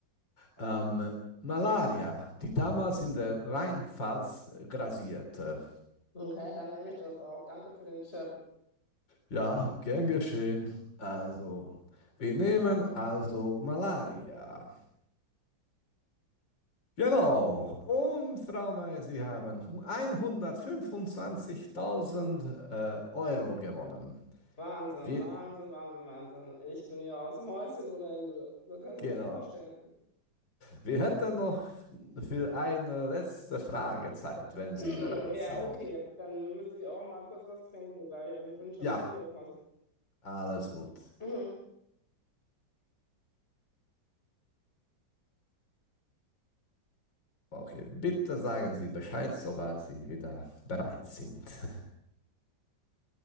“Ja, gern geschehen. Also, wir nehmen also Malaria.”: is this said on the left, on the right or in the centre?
Left